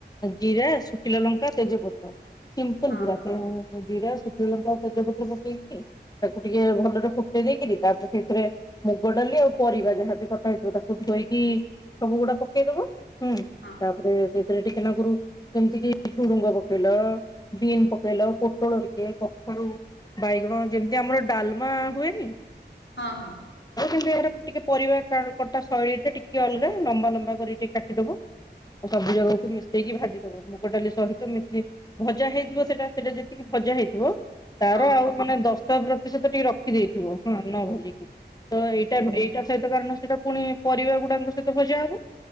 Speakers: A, on the left; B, on the left.
A: ଜିରା, ଶୁ ଖିଲା ଲଙ୍କା ତେଜପତ୍ର ସିମ୍ପଲ
B: ହଁ
A: ପୁରା ତେଣୁ ଜିରାା, ଶୁଖିଲ ଲଙ୍କା, ତେଜପତ୍ର ପକେଇକି ତାକୁ ଟିକେ ଭଲରେ ଫୁଟେଇ ଦେଇକିରି ତାପରେ ସେଥିରେ ମୁଗ ଡାଲି ଆଉ ପରିବା ଯାହାବି କଟା ହେଇଥିବ ତାକୁ ଧୋଇକି ସବୁ ଗୁଡା ପକେଇଦବ। ହୁଁ
B: ହଁ।
A: ତାପରେ ସେଥିରେ ଟିକେନାକୁରୁ ସେମିତି କି ଝୁଡୁଙ୍ଗ ପକେଇଲ, ବିନ୍ ପକେଇଲ, ପୋଟଳ ଟିକେ, କଖାରୁ ବାଇଗଣ ଯେମିତି ଆମର ଡାଲ୍ମା ହୁଏନି
B: ହଁ ହଁ
A: କିନ୍ତୁ ଏହାର ଟିକେ ପରିବା କଟା ଶୈଳୀ ଟା ଟିକେ ଅଲଗା ଲମ୍ବା ଲମ୍ବା କରି ଟିକେ କାଟିଦଵ। ଆଉ ସବୁଜାକକୁ ମିଶେଇକି ଭାଜି ଦବ। ମୁଁ ମୁଗଡାଲି ସହିତ ମିଶି ଭଜା ହେଇଥିବ ସେଟା ସେଟା ଯେତିକି ଭଜା ହେଇଥିବ ତାର
B: ହଁ
A: ଆଉ ମାନେ ଦଶ ପ୍ରତିଶତ ଟିକେ ରଖିଦେଇଥିବ ହଁ ନ ଭଜିକି। ତ ଏଇଟା ଏଇଟା ସହିତ କାରଣ ସେଟା ପୁଣି ପରିବା ଗୁଡାକ ସହିତ ଭଜା ହବ।